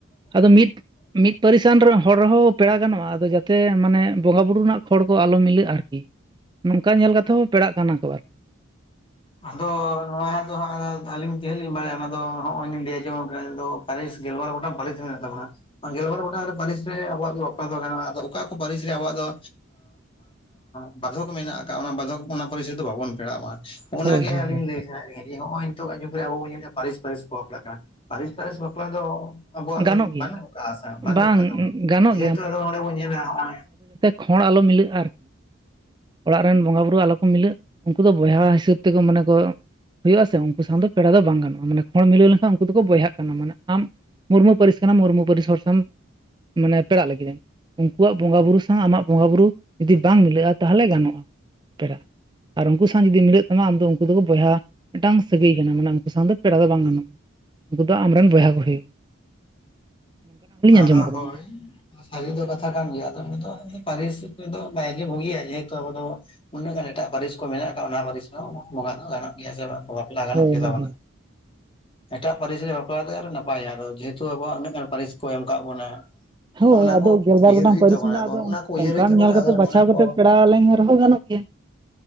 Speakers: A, on the right; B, on the left.
A: ᱟᱫᱚ ᱢᱤᱫ ᱢᱤᱫ ᱯᱟᱹᱨᱤᱥᱟᱱ ᱦᱚᱲ ᱨᱮᱦᱚ ᱯᱮᱲᱟ ᱜᱟᱱᱚᱜᱼᱟ ᱾ ᱟᱫᱚ ᱡᱟᱛᱮ ᱢᱟᱱᱮ ᱵᱚᱸᱜᱟ ᱵᱩᱨᱩ ᱨᱮᱱᱟᱜ ᱠᱷᱚᱲ ᱠᱚ ᱟᱞᱚ ᱢᱤᱞᱟᱹᱜᱼᱟ ᱟᱨᱠᱤ ᱾ ᱱᱚᱝᱠᱟ ᱧᱮᱞ ᱠᱟᱛᱮ ᱦᱚᱸ ᱯᱮᱲᱟᱜ ᱠᱟᱱᱟ ᱠᱚ ᱟᱨᱠᱤ ᱾
B: ᱟᱫᱚ ᱱᱚᱣᱟ ᱟᱫᱚ ᱦᱟᱸᱜ ᱟᱹᱞᱤᱧ ᱛᱮᱦᱧ ᱞᱤᱧ ᱵᱟᱲᱭᱟ ᱚᱱᱟ ᱫᱚ ᱦᱚᱜᱼᱚᱭᱞᱤᱧ ᱡᱮ, ᱯᱟᱹᱨᱤᱥ ᱜᱮᱞᱵᱟᱨ ᱜᱚᱴᱟᱝ ᱯᱟᱹᱨᱤᱥ ᱢᱮᱱᱟᱜ ᱛᱟᱵᱚᱱᱟ ᱾ ᱜᱮᱞ ᱵᱟᱨ ᱜᱚᱴᱟᱝ ᱯᱟᱹᱨᱤᱥ ᱨᱮ ᱟᱵᱚᱣᱟᱜ ᱵᱟᱯᱟ ᱫᱚ ᱜᱟᱱᱚᱜᱼᱟ ᱾ᱟᱫᱚ ᱚᱠᱟ ᱠᱚ ᱯᱟᱹᱨᱤᱥ ᱨᱮ ᱟᱵᱚᱣᱟᱜ ᱫᱚ ᱵᱟᱫᱷᱚᱠ ᱢᱮᱱᱟᱜᱼᱠᱟ, ᱚᱱᱟ ᱵᱟᱫᱷᱚᱠ ᱚᱱᱟ ᱯᱟᱹᱨᱤᱥ ᱨᱮᱫᱚ ᱵᱟᱵᱚᱱ ᱯᱮᱲᱟᱜᱼᱟ ᱾ ᱚᱱᱟᱜᱮ
A: ᱦᱳᱭ ᱦᱳᱭ
B: ᱟᱹᱞᱤᱧ
A: ᱦᱳᱭ
B: ᱞᱟᱹᱭ ᱥᱟᱱᱟᱭᱮᱫ ᱞᱤᱧᱟᱹ ᱡᱧ ᱱᱚᱜᱼᱚᱭ ᱛᱚ ᱟᱡᱚᱢ ᱠᱮᱫᱟᱵᱚᱱ ᱯᱟᱹᱨᱤᱥ ᱯᱟᱹᱨᱤᱥ ᱠᱚ ᱵᱟᱯᱞᱟ ᱠᱟᱱᱟ ᱯᱟᱹᱨᱤᱥ ᱯᱟᱹᱨᱤᱥ ᱵᱟᱯᱞᱟ ᱫᱚ ᱟᱵᱚᱣᱟᱜᱫᱚ
A: ᱜᱟᱱᱚᱜ ᱜᱮᱭᱟ
B: ᱵᱟᱹᱱᱩᱜ ᱠᱟᱜᱼᱟ, ᱥᱮ ᱵᱟᱹᱱᱩᱜ
A: ᱵᱟᱝ
B: ᱠᱟᱫ ᱛᱟᱵᱚᱱᱟ
A: ᱜᱟᱱᱚᱜ
B: ᱾ ᱡᱮᱦᱮᱛᱩ ᱟᱫᱚ ᱚᱱᱰᱮ ᱵᱚᱱ ᱧᱮᱞᱟ ᱦᱚᱜᱼᱚᱭ,
A: ᱠᱷᱚᱲ ᱟᱞᱚ ᱢᱤᱞᱟᱹᱜᱼᱟ ᱟᱨ ᱾ ᱚᱲᱟᱜ ᱨᱮᱱ ᱵᱚᱸᱜᱟ ᱵᱩᱨᱩ ᱟᱞᱚ ᱠᱚ ᱢᱤᱞᱟᱹᱜ, ᱩᱱᱠᱩ ᱫᱚ ᱵᱚᱭᱦᱟ ᱦᱤᱥᱟᱹᱵ ᱛᱮᱠᱚ ᱢᱟᱱᱮ ᱠᱚ ᱦᱩᱭᱩᱜᱼᱟ ᱥᱮ ᱾ ᱩᱱᱠᱩ ᱥᱟᱶ ᱫᱚ ᱯᱮᱲᱟ ᱫᱚ ᱵᱟᱝ ᱜᱟᱱᱚᱜᱼᱟ ᱾ ᱢᱟᱱᱮ ᱠᱷᱚᱲ ᱢᱤᱞᱟᱹᱣ ᱞᱮᱱᱠᱷᱟᱱ ᱩᱱᱠᱩ ᱫᱚᱠᱚ ᱵᱚᱭᱦᱟᱜ ᱠᱟᱱᱟ ᱾ ᱢᱟᱱᱮ ᱟᱢ ᱢᱩᱨᱢᱩ ᱯᱟᱹᱨᱤᱥ ᱠᱟᱱᱟᱢ, ᱢᱩᱨᱢᱩ ᱯᱟᱹᱨᱤᱥ ᱦᱚᱲᱥᱟᱣ ᱢᱟᱱᱮ ᱯᱮᱲᱟᱜ ᱞᱟᱹᱜᱤᱫ ᱩᱱᱠᱩᱣᱟᱜ ᱵᱚᱸᱜᱟ ᱵᱩᱨᱩ ᱥᱟᱶ ᱟᱢᱟᱜ ᱵᱚᱸᱜᱟ ᱵᱩᱨᱩ ᱡᱩᱫᱤ ᱵᱟᱝ ᱢᱤᱞᱟᱹᱜᱼᱟ ᱾ ᱛᱟᱦᱚᱞᱮ ᱜᱟᱱᱚᱜᱼᱟ ᱯᱮᱲᱟ ᱾ ᱟᱨ ᱩᱱᱠᱩ ᱥᱟᱶ ᱡᱩᱫᱤ ᱢᱤᱞᱟᱹᱜ ᱛᱟᱢᱟ ᱾ ᱟᱢᱫᱚ ᱩᱱᱠᱩ ᱫᱚᱠᱚ ᱵᱚᱭᱦᱟ ᱢᱤᱫᱴᱟᱝ ᱥᱟᱹᱜᱟᱹᱭ ᱠᱟᱱᱟ ᱾ ᱢᱟᱱᱮ ᱩᱱᱠᱩ ᱥᱟᱶ ᱫᱚ ᱯᱮᱲᱟ ᱫᱚ ᱵᱟᱝ ᱜᱟᱱᱚᱜᱼᱟ ᱾ ᱩᱱᱠᱩ ᱫᱚ ᱟᱢᱨᱮᱱ ᱵᱚᱭᱦᱟ ᱵᱩᱦᱤ ᱾
B: ᱟᱫᱚ
A: ᱟᱸᱡᱚᱢ ᱟᱠᱟᱫᱟ
B: ᱦᱳᱭ ᱥᱟᱹᱨᱤ ᱫᱚ ᱠᱟᱛᱷᱟ ᱠᱟᱱ ᱜᱮᱭᱟ ᱾ ᱟᱫᱚ ᱩᱱᱤᱫᱚ ᱯᱟᱹᱨᱤᱥ ᱦᱤᱥᱟᱹᱵᱽ ᱛᱮᱫᱚ ᱵᱟᱭ ᱜᱮ ᱵᱩᱜᱤᱭᱟ ᱡᱮᱦᱮᱛᱩ ᱟᱵᱚ ᱫᱚ, ᱩᱱᱟᱹᱜ ᱜᱟᱱ ᱮᱴᱟᱜ ᱯᱟᱹᱨᱤᱥ ᱠᱚ ᱢᱮᱱᱟᱜ ᱠᱟᱜᱼᱟ ᱾ ᱚᱱᱟ ᱯᱟᱹᱨᱤᱥ ᱠᱚᱦᱚᱸ ᱵᱚᱸᱜᱟ ᱫᱚ ᱜᱟᱱᱚᱜ ᱜᱮᱭᱟ ᱾ ᱥᱮ ᱵᱟᱝ ᱞᱟ ᱜᱟᱱᱚᱜ
A: ᱦᱳᱭ
B: ᱜᱮᱛᱟᱵᱚᱱᱟ
A: ᱦᱳᱭ ᱦᱳᱭ
B: <unintelligible> ᱮᱴᱟᱜ ᱯᱟᱹᱨᱤᱥ ᱨᱮ ᱵᱟᱯᱞᱟᱛᱮ ᱱᱟᱯᱟᱭᱟ ᱾ ᱡᱮᱦᱮᱛᱩ ᱟᱵᱚᱣᱟᱜ ᱩᱱᱟᱹᱜ ᱜᱟᱱ ᱯᱟᱹᱨᱤᱥ ᱠᱚ ᱮᱢ ᱟᱠᱟᱫ ᱵᱚᱱᱟ ᱾
A: ᱦᱳᱭ
B: ᱦᱚᱸᱜᱼᱚ ᱱᱟ
A: ᱟᱫᱚ
B: ᱠᱚ
A: ᱜᱮᱞᱵᱟᱨ
B: ᱩᱭᱦᱟᱹᱨ
A: ᱜᱚᱴᱟᱝ
B: ᱦᱩᱭᱩᱜ
A: ᱯᱟᱹᱨᱤᱥ
B: ᱛᱟᱵᱚᱱᱟ
A: ᱢᱮᱱᱟᱜᱼᱟ
B: ᱾ ᱟᱫᱚ ᱚᱱᱟ ᱠᱚ ᱩᱭᱦᱟᱹᱨ
A: ᱚᱱᱠᱟᱢ
B: ᱦᱩᱭᱩᱜ ᱛᱟᱵᱚᱱᱟ
A: ᱧᱮᱞ ᱠᱟᱛᱮ
B: ᱟᱫᱚ
A: ᱵᱟᱪᱷᱟᱣ
B: ᱚᱱᱟ ᱠᱚ
A: ᱠᱟᱛᱮᱫ ᱯᱮᱲᱟ ᱞᱮᱱ ᱨᱮᱦᱚᱸ ᱜᱟᱱᱚᱜ ᱜᱮᱭᱟ